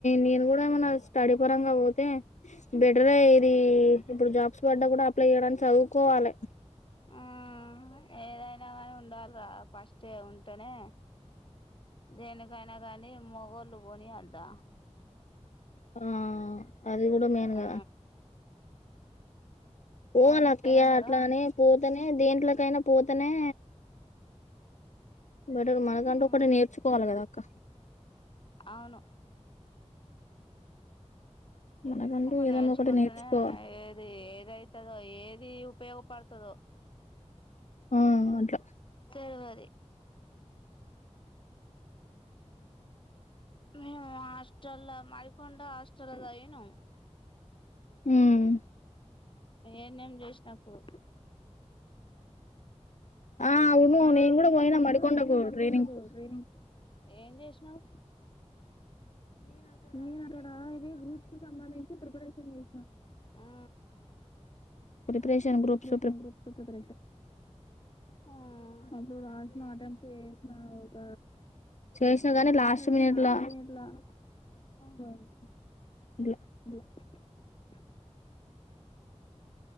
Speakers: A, on the left (about 85°); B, on the left (about 45°).
A: నేను కూడా ఏమైనా స్టడీ పరంగా పోతే బెటరే ఇది ఇప్పుడు జాబ్స్ పడ్డా కూడా అప్లైయడానికి చదువుకోవాలి
B: ఆ ఏదైనా కానీ ఉండాలి రా ఫ స్టే ఉంటేనే దేనికైనా కానీ మొగళ్ళు పోనియద్దా
A: ఆ అది కూడా మెయిన్
B: ఆ
A: కదా పోవ
B: పోనిత్తేనే
A: నక్కియా ఇ
B: కదా
A: అట్లానే పో తనే దేంట్లోకైనా పోతనే బెటర్ మనకంటే
B: ఉమ్
A: ఒకటి నేర్చుకోవాలి కదా అక్క
B: అవును
A: మనకంటూ
B: ఇంకా
A: ఏదన్నా
B: నేర్చుకుంటేనే
A: ఒకటి నేర్చుకోవాలి
B: ఏది ఏదైతే ఏది ఉపయోగపడుతదో
A: ఉం అట్లా
B: తెల్వాది మను హస్టల్ మడికొండ హాస్టెల్ ల చదివినం
A: ఉమ్
B: ఎ న్ ఎం చేసినప్పుడు
A: ఆ అవును
B: ఆ
A: నేను
B: అవును
A: కుడా పోయిన
B: నేను
A: మడికొండకు
B: కూడా పోయినా మడికొండకు
A: ట్రైనింగ్ కు
B: ట్రైనింగ్ కి ఏం చేసినవ్ నేను అక్కడ ఇదే గ్రూప్ సంబంధించి ప్రిపరేషన్ చేసిన ఆ
A: preparation groups
B: preparation groups preparation ఉ అప్పుడు రాసిన ఆటెప్ట్ చేసిన ఒక
A: చేసిన గాని
B: చేసినా
A: లాస్ట్
B: కానీ
A: మినిట్
B: లాస్ట్
A: లా
B: మినిట్లా పోయింది
A: ఇట్లా
B: అ <inaudible>